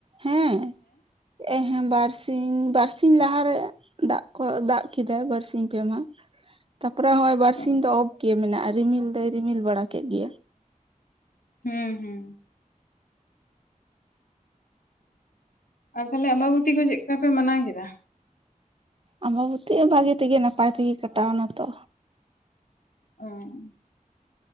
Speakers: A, on the right; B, on the left.
A: ᱦᱮᱸ ᱦᱮᱸ ᱵᱟᱨᱥᱤᱧ ᱵᱟᱨᱥᱤᱧ ᱞᱟᱦᱟ ᱨᱮᱼᱼ ᱫᱟᱜ ᱠᱚ ᱫᱟᱜ ᱠᱮᱫᱟᱭ ᱵᱟᱨᱥᱤᱧ ᱯᱮ ᱢᱟᱦᱟ ᱛᱟᱯᱚᱨᱮ ᱦᱚᱸᱜ ᱚᱭᱼᱼ ᱵᱟᱨᱥᱤᱧ
B: ᱚ
A: ᱫᱚ ᱚᱯ ᱜᱮ ᱢᱮᱱᱟᱜ-ᱟ ᱨᱤᱢᱤᱞ ᱫᱚᱭ ᱨᱤᱢᱤᱞ ᱵᱟᱲᱟ ᱠᱮᱫ ᱜᱮᱭᱟ᱾
B: ᱦᱩᱸ ᱦᱩᱸ ᱟᱨ ᱛᱟᱞᱮ ᱟᱢᱵᱟ ᱵᱚᱛᱤ ᱠᱚ ᱪᱮᱫ ᱠᱟ ᱯᱮ ᱢᱟᱱᱟᱣ ᱠᱮᱫᱟ?
A: ᱟᱢᱵᱟ ᱵᱚᱛᱤ ᱵᱷᱟᱜᱤ ᱛᱮ ᱜᱮ ᱱᱟᱯᱟᱭ ᱛᱮᱜᱮ ᱠᱟᱴᱟᱣ ᱱᱟ ᱛᱚ᱾
B: ᱚᱸᱻ